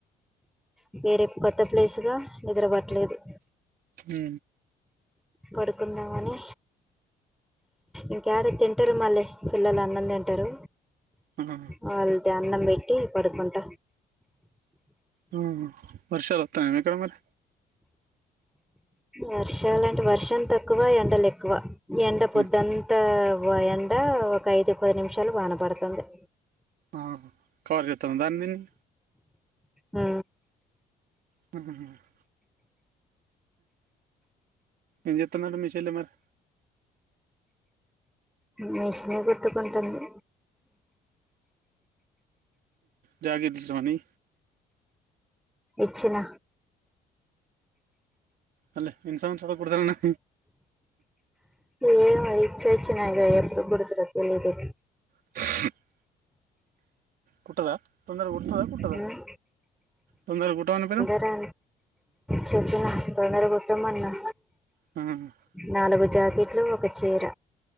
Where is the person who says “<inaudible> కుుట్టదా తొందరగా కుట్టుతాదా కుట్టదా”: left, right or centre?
Right